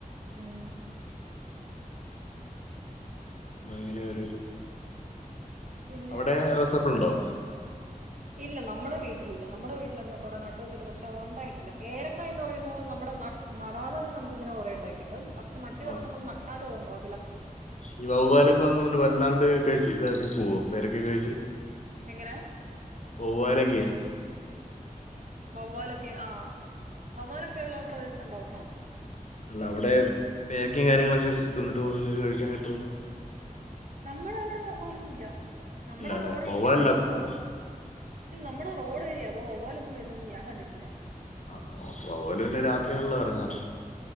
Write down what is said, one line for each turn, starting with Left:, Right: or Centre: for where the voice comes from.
Right: ഉം
Left: അങ്ങനെ ഒരിത്
Right: പിന്നെ
Left: അവിടെ റോസാപ്പിളുണ്ടോ
Right: ഇല്ല നമ്മടെ വീട്ടിലില്ല നമ്മടെ വീട്ടിലെന്തോ കൊറെ നട്ട് വെച്ചിട്ട് പക്ഷെ അത് ഉണ്ടായിട്ടില്ല പേരക്കായ എന്ന് പറയുന്നത് നമ്മുടെ നടാതെ തന്നെ നമുക്ക് ഇങ്ങനെ കൊറേ ഉണ്ടായി കിട്ടും പക്ഷേ മറ്റേതൊക്കെ
Left: ആഹ്
Right: നമ്മൾ നട്ടാലും അതു ഉണ്ടോ
Left: ഈ വവ്വാലൊക്കെ വന്നണ്ട് വല്ലാണ്ട് കഴി ഇതാക്കി പോവോ പേരക്കെ കഴിച്ച്
Right: എങ്ങനെ
Left: വവ്വാലക്കി
Right: വവ്വാലൊക്കെ ആഹ വവ്വാലൊക്കെ ഉള്ള പ്രദേശത്തുണ്ടാവുന്നാ
Left: അല്ല അവിടെ പേരക്കേം കാര്യങ്ങളൊക്കെ തിന്നിട്ട് പോക നിങ്ങക്ക് കഴിക്കാൻ കിട്ടുമെന്ന്
Right: നമ്മുടെ അവിടെ പോലൊന്നും ഇല്ല നമ്മെടെ
Left: ഇല്ല അല്ലെ
Right: റോഡ്
Left: വവ്വാലില്ലാത്ത
Right: ഏരിയണേ വവ്വാലും-
Left: സ്ഥലവാ
Right: ഇല്ല നമ്മുടെ റോഡ് രിയ അപ്പ വവ്വാലൊന്നും വരുന്നെന്നും ഞാൻ കണ്ടട്ടില്ല
Left: ആഹ് ഓക്കെ വവ്വാൽപ്പിന്നെ രാത്രിയാണല്ലോ ഇറങ്ങാറ്